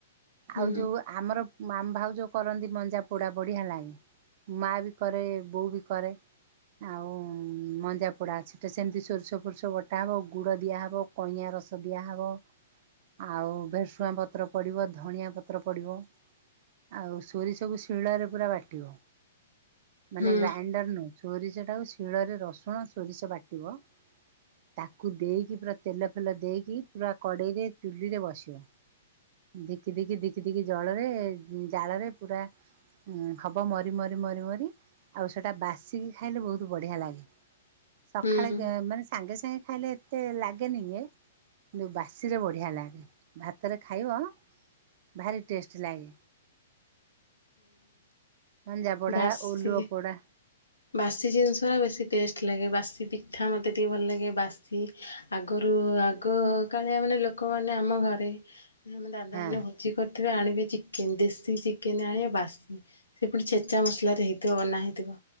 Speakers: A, on the left; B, on the right.
A: ହୁଁ
B: ଆଉ ଯଉ ଆମର ଆମ ଭାଉ ଯୋଉ କରନ୍ତି ମଞ୍ଜା ପୋଡା ପୋଡ଼ି ହେଲାଗି। ମା ବି କରେ ବୋଉ ବି କରେ। ଆଉ ମଞ୍ଜାପୋଡ଼ା ଅଛି ସେଇଟା ସେମିତି ସୋରିଷ ଫୋରିଷ ବଟା ହେବ ଗୁଡ଼ ଦିଆହବ। କଇଁଆ ରସ ଦିଆହବ ଆଉ ଭେସୁଆଁ ପତ୍ର ପଡ଼ିବ। ଧଣିଆ ପତ୍ର ପଡ଼ିବ। ଆଉ ସୋରିସ କୁ ଶୀଳରେ ପୁରା ବାଟିବ ମାନେ
A: ହୁଁ
B: ଗ୍ରାଇଣ୍ଡର ନୁହ୍। ସୋରିଷଟାକୁ ଶିଳରେ ରସୁଣ ସୋରିଷ ବାଟିବ। ତାକୁ ଦେଇକି ପୁରା ତେଲ ଫେଲ ଦେଇକି ପୁରା କଡ଼େଇରେ ଚୁଲିରେ ବସିବ। ଦିକି ଦିକି ଦିକି ଦିକି ଜଳରେ ଜାଳରେ ପୁରା ହବ ମରି ମରି ମରି ମରି ଆଉ ସେଇଟା ବାସିକି ଖାଇଲେ ବହୁତ ବଢ଼ିଆ ଲାଗେ। ସଖାଳେ
A: ହୁଁ
B: ଗେଁ ମାନେ ସାଙ୍ଗେ ସାଙ୍ଗେ ଖାଇଲେ ଏତେ ଲାଗେନିଏ କିନ୍ତୁ ବାସିରେ ବଢ଼ିଆ ଲାଗେ ଭାତରେ ଖାଇବ। ଭାରି ଟେଷ୍ଟ ଲାଗେ। ମଞ୍ଜା ପୋଡା
A: ଭାସିଲି
B: ଓଲୁଅ ପୋଡା
A: ବାସି ଜିନିଷ ଗୁରା ବେଶୀ ଟେଷ୍ଟ ଲାଗେ ବାସି ପିଠା ମୋତେ ଟିକିେ ଭଲ ଲାଗେ ବାସି ଆଗରୁ ଆଗ କାଳିଆ ମାନେ ଲୋକମାନେ ଆମ ଘରେ ଆମ ଦାଦାମାନୋନେ
B: ହଁ
A: ଭୋଜି କରିଥିବେ ଆଣିବେ ଚିକେନ ଦେଶୀ ଚିକେନ ଆଣିବେ ବାସି ସେ ପୁଣି ଚ ଚା ମସଲାରେ ହେଇଥିବ ବନା ହେଇଥିବ।